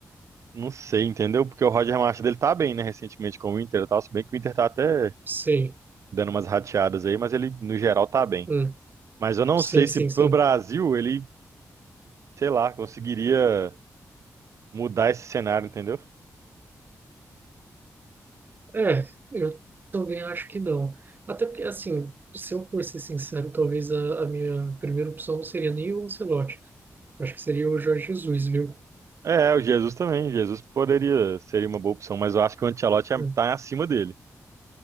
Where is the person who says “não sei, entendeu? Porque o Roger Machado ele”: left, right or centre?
Right